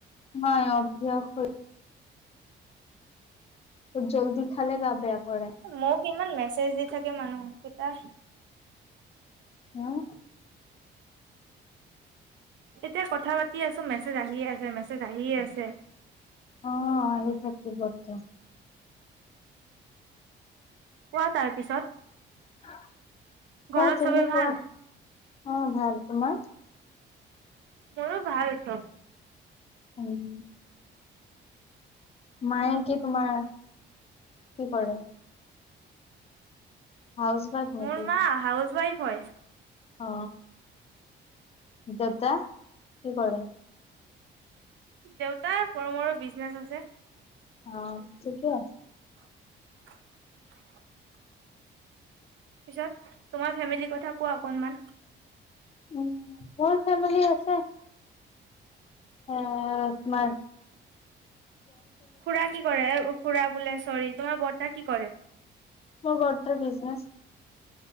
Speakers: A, on the left; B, on the right.
A: হয় অভ্যাস হৈ বহুত জল্দি খালে গা বেয়া কৰে
B: মোক ইমান মেছেজ দি থাকে মানুহ কেইটাই
A: হম
B: এতিয়া কথা পাতি আছোঁ মেছেজ আহিয়ে আছে মেছেজ আহিয়ে আছে
A: অ আহি থাকিবতো
B: কোৱা তাৰ পিছত
A: কোৱা
B: ঘৰত
A: তুমি
B: চবে ভাল
A: কোৱা অ ভাল তোমাৰ
B: মোৰো ভাল চব
A: উম মায়ে কি তোমাৰ কি কৰে হাউচ ৱাইফ নেকি
B: মোৰ মা হাউচ ৱাইফ। হয়
A: অ দেউতা কি কৰে?
B: দেউতাৰ সৰু মৰু বিজনেচ আছে।
A: অ ঠিকে আছে
B: <inaudible> পিছত তোমাৰ ফেমিলিৰ কথা কোৱা অকনমান।
A: উ মোৰ ফেমিলি আছে আঁ তোমাৰ
B: খুৰা কি কৰে? খুৰা বোলে চৰি তোমাৰ বৰ্তা কি কৰে?
A: অঁ বৰ্তা বিজনেছ